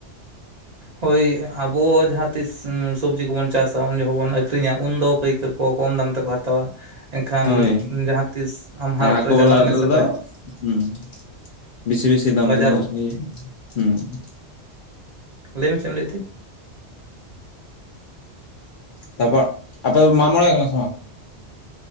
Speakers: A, on the right; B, on the left.
A: ᱦᱳᱭ ᱟᱵᱚ ᱡᱟᱦᱟᱸᱛᱤᱥ ᱥᱚᱵᱡᱤ ᱠᱚᱵᱚᱱ ᱪᱟᱥᱟ ᱩᱱ ᱡᱚᱠᱷᱚᱱ ᱵᱚᱱ ᱟᱹᱠᱷᱨᱤᱧᱟ ᱩᱱᱫᱚ ᱯᱟᱹᱭᱟᱹᱨ ᱯᱟᱹᱷᱠᱟᱹᱨ ᱠᱚ ᱠᱚᱢ ᱫᱟᱢ ᱛᱮᱠᱚ ᱦᱟᱛᱟᱣᱟ ᱾ ᱮᱱᱠᱷᱟᱱ
B: ᱦᱳᱭ
A: ᱡᱟᱦᱟᱸᱛᱤᱥ ᱟᱢ ᱦᱟᱴᱨᱮ
B: ᱟᱨ ᱟᱠᱚ
A: ᱪᱟᱞᱟᱜ
B: ᱵᱮᱞᱟ
A: ᱢᱮᱥᱮ
B: ᱨᱮᱫᱚ
A: <unintelligible>
B: ᱦᱩᱸ ᱵᱮᱥᱤ ᱵᱮᱥᱤ ᱫᱟᱢ
A: ᱵᱟᱡᱟᱨ
B: ᱛᱮᱠᱚ ᱼᱟ ᱦᱮᱸ <unintelligible>
A: ᱞᱟᱹᱭ ᱢᱮ ᱪᱮᱫ ᱮᱢ ᱞᱟᱹᱭᱮᱫ ᱛᱟᱦᱮᱫ
B: ᱛᱟᱨᱯᱚᱨ ᱟᱯᱮ ᱢᱟᱜᱢᱚᱬᱮ ᱠᱟᱱᱟ ᱥᱮ ᱵᱟᱝ?